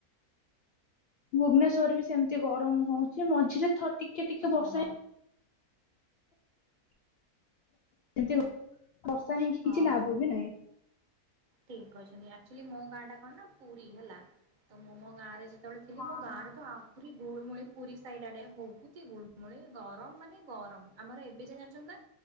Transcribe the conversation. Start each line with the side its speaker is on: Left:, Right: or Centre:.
Left: ଭୁବନେଶ୍ଵର ବି ସେମିତି ଗରମ ହଉଚି ମଝିରେ ଥ ଟିକେ ଟିକେ ବର୍ଷା
Right: ହଁ
Left: ହେଇ <inaudible> ବର୍ଷା ହେଇଁକି
Right: ହଁ
Left: କିଛି ଲାଭ ବି ନାହିଁ।
Right: ଠିକ କହିଚନ୍ତି ଆକଚୁଆଲି ମୋ ଗାଁ ଟା କଣ ନା ପୁରୀ ହେଲା ତ ମୁଁ ମୋ ଗାଁରେ ସେତେବେଳେ ଥିଲି
Left: ହଁ
Right: ମୁ ଗାଁରେ ତ ଆଉ ପୁରୀ ଗୁଳମୁଳି ପୁରୀ ସାଇଡ ଆଡେ ବହୁତ ହି ଗୁଳମୁଳି ଗରମ ମାନେ ଗରମ ଆମର ଏବେ ଯାଏ ଜାଣିଚନ୍ତି ନା